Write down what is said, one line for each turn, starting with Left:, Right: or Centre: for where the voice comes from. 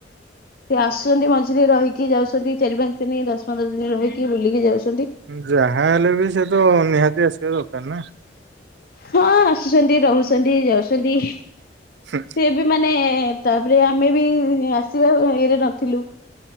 Left: ସେ ଆସୁଛନ୍ତି ମଝିରେ ରହିକି ଯାଉଛନ୍ତି ଚାରି ପାଞ୍ଚ ଦିନ ଦଶ ପନ୍ଦର ଦିନ ରହିକି ବୁଲିକି ଯାଉଛ
Right: ଯାହା ହେଲେ ବି ସେ ତ ନିହାତି ଆସିବା ଦରକାର ନା।
Left: ହଁ ଆସୁଛନ୍ତି ରହୁଛନ୍ତି ଯାଉଛନ୍ତି।
Right: ଠିକ୍।
Left: ସେ ବି ମାନେ ତାପରେ ଆମେ ବି ଆସିବା ଇଏରେ ନଥିଲୁ।